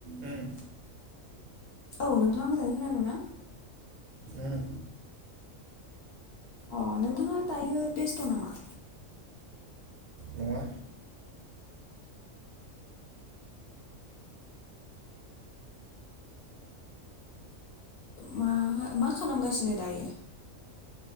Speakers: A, on the right (about 85°); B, on the left (about 60°).
A: उम
B: औ नोंथाङा मोजाङै खोनादोंना?
A: उम
B: अ नोंथाङा दायो बेस्थ नामा?
A: नङा
B: मा मा खालामगासिनो दायो?